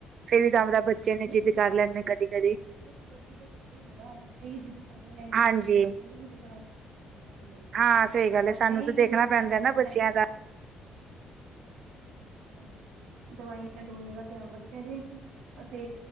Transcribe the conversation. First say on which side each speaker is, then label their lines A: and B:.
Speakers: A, on the right (about 40°); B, on the right (about 70°).
A: ਫੇਰ ਵੀ ਤਵਾਨੂ ਪਤਾ ਬੱਚੇ
B: ਨਹੀਂ
A: ਨੇ ਜਿੱਦ
B: ਜ਼ਿਆਦਾ
A: ਕਰ
B: ਹਾਂਜੀ
A: ਲੈਂਦੇ ਕਦੀ-ਕਦੀ।
B: ਦੇਖੋ ਬੱਚੇ ਦੇ ਬੱਚੇ ਹੀ ਨੇ ਨਾ, ਬੱਚੇ ਹੀ ਜਿੱਦ ਕਰਦੇ ਨੇ ਬੱਚੇ
A: ਹਾਂਜੀ,
B: ਨਾਲ ਵੱਦੇ ਥੋੜੀ <unintelligible> ਹਾਂਜੀ-ਹਾਂਜੀ,
A: ਹਾਂ ਸਹੀ ਗੱਲ
B: ਬਸ
A: ਏ ਸਾਨੂੰ
B: ਇਹੀ
A: ਤਾਂ ਦੇਖਣਾ
B: ਚੀਜ਼ਾਂ ਧਿਆਨ
A: ਪੈਂਦਾ
B: ਰੱਖਣਾ
A: ਨਾ ਬੱਚਿਆਂ
B: ਭੈਣ ਜੀ।
A: ਦਾ।
B: ਹਾਂਜੀ ਹਾਂਜੀ, ਦਵਾਈਆਂ ਦਵੁ ਦਾ ਧਿਆਨ ਰੱਖਿਆ ਜੇ ਅਤੇ